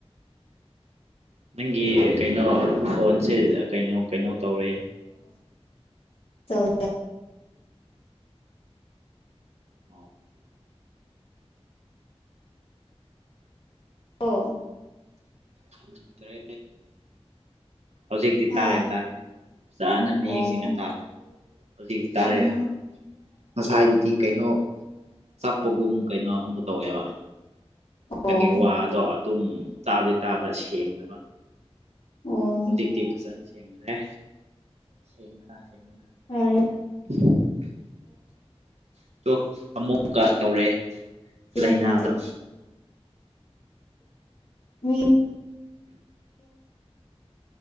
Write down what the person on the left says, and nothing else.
ꯇꯧ
ꯑꯣ
ꯍꯥ
ꯑꯣ
ꯑꯣ
ꯑꯣ
ꯑꯣ
ꯎꯝ
ꯌꯦꯡꯔꯗꯤ ꯃꯤ